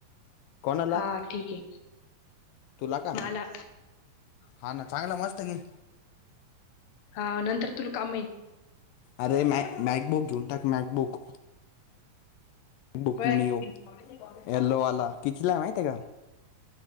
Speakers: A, on the left (about 80°); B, on the left (about 60°).
A: कोणाला?
B: हा ठीक आहे.
A: तुला का?
B: मला
A: हा ना चांगला मस्त घे.
B: हा नंतर तुला कामाईन.
A: अरे मॅक मॅकबुक घेऊन टाक मॅकबुक बुक
B: बरं.
A: नीओ, यल्लोवाला, कितीला माहीते का?